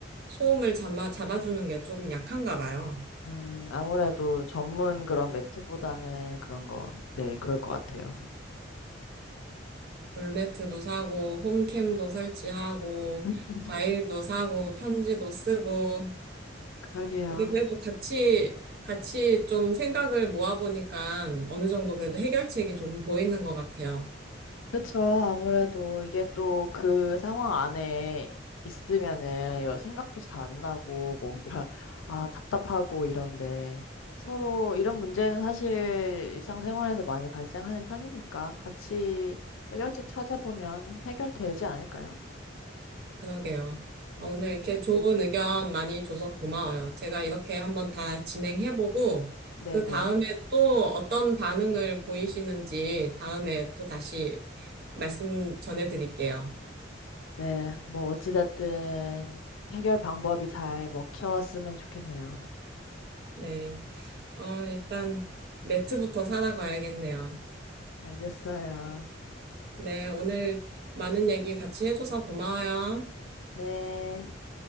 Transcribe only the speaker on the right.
소음을 잡아, 잡아주는 게 조금 약한가 봐요.
물매트도 사고 홈캠도 설치하고
과일도 사고 편지도 쓰고
우리 그래도 같이 같이 좀 생각을 모아보니까 어느 정도 그래도 해결책이 조금 보이는 것 같아요.
그러게요.
어, 오늘 이렇게 좋은 의견 많이 줘서 고마워요. 제가 이렇게 한번 다 진행해보고,
그 다음에 또 어떤 반응을 보이시는지 다음에 또 다시 말씀 전해드릴게요.
네. 어, 일단 매트부터 사러 가야겠네요.
네. 오늘 많은 얘기 같이 해줘서 고마워요.